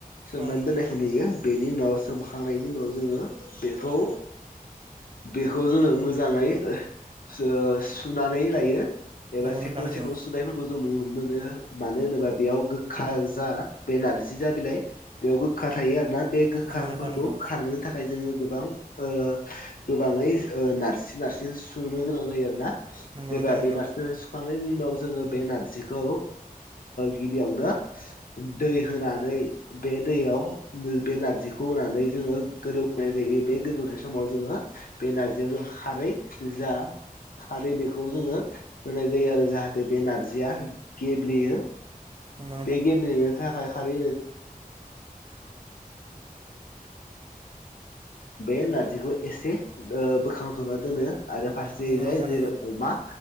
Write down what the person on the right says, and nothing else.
औ
नंगौ
नोंथां नंगौ
नंगौ नोंथां नंगौ
नंगौ
नोंथां नंगौ
नंगौ
नोंथां